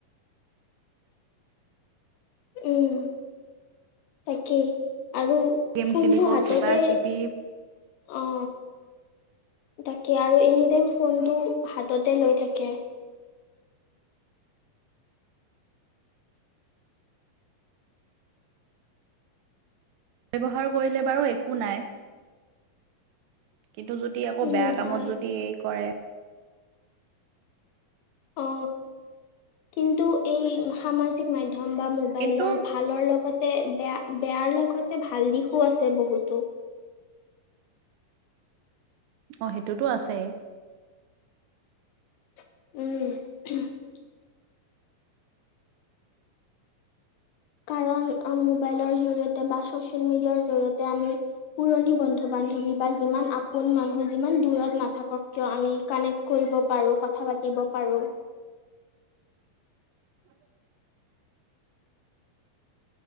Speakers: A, on the left; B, on the right.
A: উম তাকেই আৰু
B: গেম
A: ফোনটো
B: খেলিব
A: হাততে
B: কিবা কিবি
A: অ তাকে আৰু এনি টাইম ফোনটো হাততে লৈ থাকে
B: ব্যৱহাৰ কৰিলে বাৰু একো নাই কিন্তু যদি আকৌ
A: উম
B: বেয়া কামত
A: হয়
B: যদি এই কৰে
A: অ কিন্তু এই সামাজিক মাধ্যম মাধ্যম বা মোবাইলৰ
B: কিন্তু
A: ভালৰ লগতে বেয়া বেয়াৰ লগতে ভাল দিশো আছে বহুত <unintelligible>
B: অ সেইটোতো আছেই
A: উম কাৰণ মোবাইলৰ জৰিয়তে বা ছচিয়েল মিডিয়াৰ জৰিয়তে আমি পুৰণি বন্ধু বান্ধৱী বা যিমান আপোন মানুহ যিমান দূৰত নাথাকক কিয় আমি কানেক্ট কৰি কব পাৰো কথা পাতিব পাৰো
B: হয়